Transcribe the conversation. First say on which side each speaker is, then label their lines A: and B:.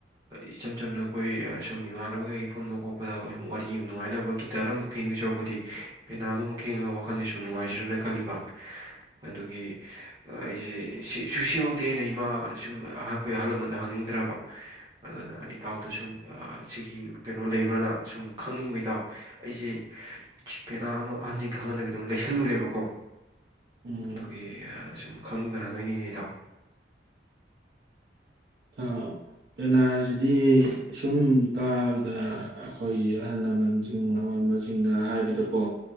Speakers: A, on the right; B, on the right.
A: ꯏꯆꯝ ꯆꯝꯅ ꯑꯩꯈꯣꯏ ꯁꯨꯝ ꯏꯃꯥꯟꯅꯕ ꯈꯩꯒ ꯄꯨꯟꯕ ꯈꯣꯠꯄꯗ ꯁꯨꯝ ꯋꯥꯔꯤ ꯌꯦꯡꯕ ꯅꯨꯡꯉꯥꯏꯅꯕ ꯒꯤꯇꯔ ꯑꯃ ꯈꯤꯡꯗꯧ ꯁꯔꯨꯛꯄꯨꯗꯤ ꯄꯦꯅꯥꯗꯣ ꯑꯃꯨꯛ ꯈꯤꯡꯉꯥꯒ ꯋꯥꯈꯟꯁꯦ ꯁꯨꯝ ꯅꯨꯡꯉꯥꯏꯖꯤꯔꯅ ꯈꯜꯂꯤꯕ ꯑꯗꯨꯒꯤ ꯑꯩꯁꯦ ꯁꯤ ꯁꯤꯃꯛꯇꯤ ꯑꯩꯅ ꯏꯃꯥ ꯁꯨꯝ ꯑꯩꯈꯣꯏ ꯑꯍꯜ ꯂꯃꯟꯗ ꯍꯪꯅꯤꯡꯗ꯭ꯔꯕ ꯑꯗꯨꯅ ꯏꯇꯥꯎꯗ ꯁꯨꯝ ꯁꯤꯒꯤ ꯀꯩꯅꯣ ꯂꯩꯕ꯭ꯔꯅ ꯁꯨꯝ ꯈꯪꯅꯤꯡꯕꯩ ꯏꯇꯥꯎ ꯑꯩꯁꯦ ꯄꯦꯅꯥ ꯑꯃ ꯑꯍꯟꯁꯤꯡ ꯈꯪꯍꯟꯗꯕꯤꯗ ꯑꯗꯨꯝ ꯂꯩꯁꯜꯂꯨꯔꯦꯕꯀꯣ
B: ꯎꯝ
A: ꯑꯗꯨꯒꯤ ꯁꯨꯝ ꯈꯪꯅꯤꯡꯗꯅ ꯍꯪꯉꯛꯏꯅꯦ ꯅꯇꯥꯎ
B: ꯑ ꯄꯦꯅꯥꯁꯤꯗꯤ ꯁꯨꯝ ꯇꯥꯕꯗ ꯑꯩꯈꯣꯏꯒꯤ ꯑꯍꯜ ꯂꯃꯟ ꯎꯝ ꯑꯃ ꯑꯃꯁꯤꯡꯅ ꯍꯥꯏꯕꯗꯀꯣ